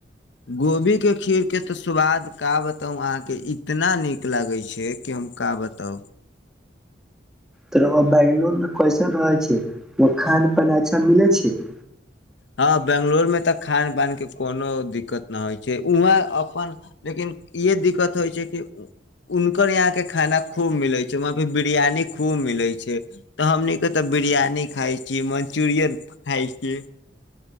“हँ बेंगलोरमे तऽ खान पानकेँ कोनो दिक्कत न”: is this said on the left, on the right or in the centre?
Left